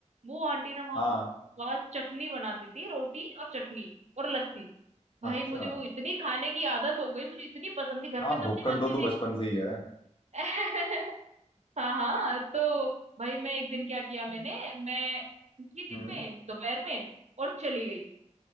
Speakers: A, on the right; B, on the left.
A: वो आंटी ना वहां
B: हाँ
A: पे वहां चटनी बनाती थी रोटी और चटनी और लस्सी भाई
B: अच्छा
A: मुझे वो इतनी खाने की आदत हो गई मुझे इतनी पसंद थी घर
B: हाँ
A: पे
B: भुक्कड़
A: सब्जी बनती
B: तो तू
A: थी
B: बचपन से ही है
A: <laughs> हाँ हाँ तो भाई मैं एक दिन क्या किया मैंने
B: <laughs>
A: मैं उसी दिन
B: हम्म
A: में दोपहर में और चली गई